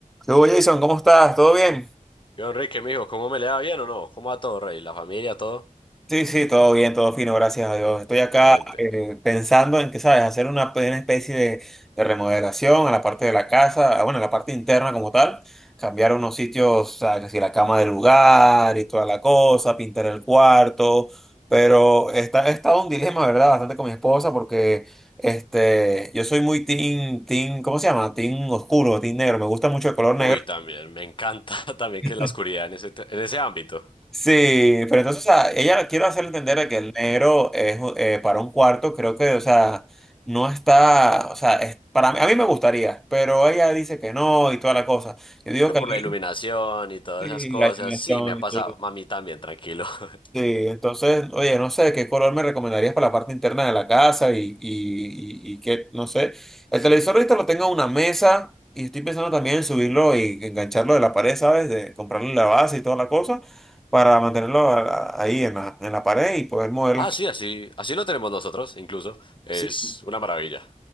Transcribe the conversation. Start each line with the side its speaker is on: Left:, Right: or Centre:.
Centre: ¿Qué hubo, Jason? ¿Cómo estás? ¿Todo bien?
Left: Yo, Enrique, mijo, ¿cómo me le va bien o no? ¿Cómo va todo, rey? ¿La familia, todo?
Centre: Sí, sí, todo bien, todo fino, gracias a Dios. Estoy acá
Left: Excelente.
Centre: eh, pensando en que, ¿sabes? Hacer una, pe- una especie de, de remodelación a la parte de la casa, ah, bueno, a la parte interna como tal. Cambiar unos sitios, ¿sabes? Así la cama del lugar y toda la cosa, pintar el cuarto. Pero está, he estado un dilema, ¿verdad? Bastante con mi esposa porque este, yo soy muy team, team, ¿cómo se llama? Team oscuro, team negro. Me gusta mucho el color negro.
Left: Uy, también, me encanta <laughs> también
Centre: <laughs>
Left: que la oscuridad en ese, te- en ese ámbito.
Centre: Sí, pero entonces, o sea, ella quiero hacerle entender de que el negro es eh, para un cuarto, creo que, o sea, no está, o sea, es, para mí, a mí me gustaría, pero ella dice que no y toda la cosa. Yo digo
Left: Que
Centre: que
Left: por
Centre: el negro,
Left: la iluminación y todas
Centre: sí,
Left: esas cosas.
Centre: la animación
Left: Sí, me ha
Centre: y
Left: pasado
Centre: todo.
Left: a mí también, tranquilo. <laughs>
Centre: Sí, entonces, oye, no sé qué color me recomendarías para la parte interna de la casa y, y, y, y qué, no sé. El televisor ahorita lo tengo en una mesa y estoy pensando también en subirlo y engancharlo de la pared, ¿sabes? De comprarle la base y toda la cosa para mantenerlo a- a- ahí en la, en la pared y poder mover
Left: Ah,
Centre: las...
Left: sí, así, así lo tenemos nosotros, incluso. Es
Centre: Sí,
Left: una maravilla.